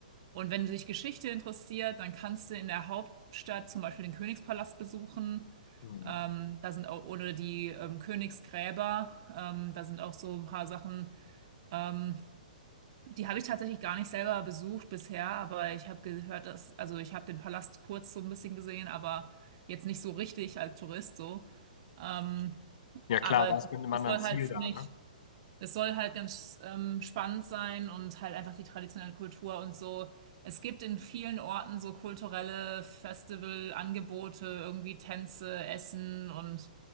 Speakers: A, on the right (about 40°); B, on the left (about 50°).
A: Und wenn du dich Geschichte interessiert, dann kannst du in der Hauptstadt zum Beispiel den Königspalast besuchen.
B: Mhm.
A: Ähm, da sind auch, oder die ähm, Königsgräber, ähm, da sind auch so ein paar Sachen. Ähm, die habe ich tatsächlich gar nicht selber besucht bisher, aber ich habe gehört, dass, also ich habe den Palast kurz so ein bisschen gesehen, aber jetzt nicht so richtig als Tourist so. Ähm,
B: Ja klar,
A: aber
B: warst mit einem
A: es
B: anderen
A: soll
B: Ziel
A: halt ziemlich,
B: da, ne?
A: es soll halt ganz ähm, spannend sein und halt einfach die traditionelle Kultur und so. Es gibt in vielen Orten so kulturelle Festivalangebote, irgendwie Tänze, Essen und